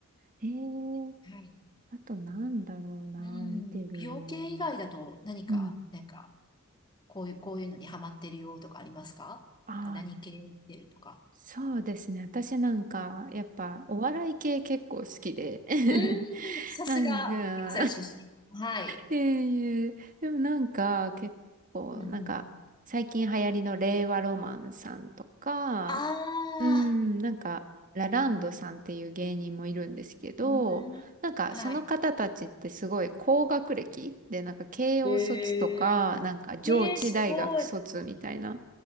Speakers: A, on the right; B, on the left.
A: えー
B: はい。
A: あとなんだろうな、
B: うん。
A: 見てるの。
B: 美容系以外だと何か、
A: うん。
B: なんか、こういう、こういうのにハマってるよとかありますかなんか何系を見てるとか。
A: ああ、そうですね。私なんか、
B: うん。
A: やっぱ、お笑い系結構好きで。<laughs>
B: うん。さすが、
A: なんか
B: 関西出身。はい。
A: いえいえ、でもなんか結構なんか最近流行りの令和ロマンさんとか、
B: うんうん。ああ。
A: うーん、なんか、ラランドさんっていう芸人もいるんですけど、
B: うん。うん。
A: なんかその方たちってすごい高学歴で、
B: はい。
A: なんか慶応卒とか、
B: ええ
A: なんか上智大学卒みたいな
B: ええ、すごい。